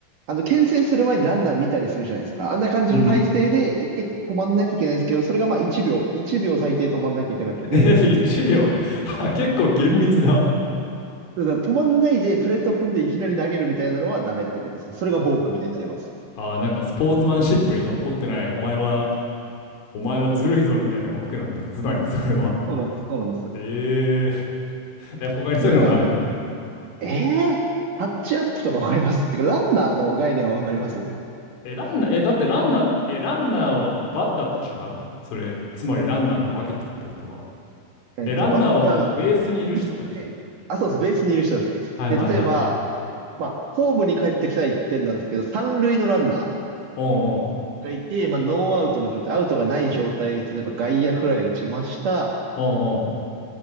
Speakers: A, on the right; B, on the left.
A: あの、牽制する前にランナー見たりするじゃないですか。あんな感じの体勢で、
B: うん。
A: 一回止まんなきゃいけないんですけど、それがまあ1秒、1秒最低止まんなきゃいけなくて、
B: <laughs> 1秒。<laughs> あ結構厳密だ。
A: だから止まんないでプレート踏んでいきなり投げるみたいなのはダメってことですね。それがボークみたいになります。
B: あー、なんかスポーツマンシップにのっとってない。お前は、お前はずるいぞみたいな枠なんだ。つまり、それは。
A: そうなんです、そうなんですよ。
B: えー、え、他にそういうのないの
A: で、なんか、えー、タッチアップとかわかりますてか、ランナーの概念はわかります
B: え、ランナー、え、だってランナー、え、ランナーはバッターと違うそれ、つまりランナーって分けてるってことは。
A: えっと、
B: え、ランナーはもうベースにいる人たち。
A: バッター打って、あ、そうです、ベースにいる人たちです。
B: はいはいはいはい。
A: で、例えば、まあ、ホームに帰ってきたら1点なんですけど、三塁のランナ
B: おうんうん。
A: ーがいて、まあ、ノーアウトの状態、アウトがない状態で、例えば外野フライ打ちました。
B: おうんうん。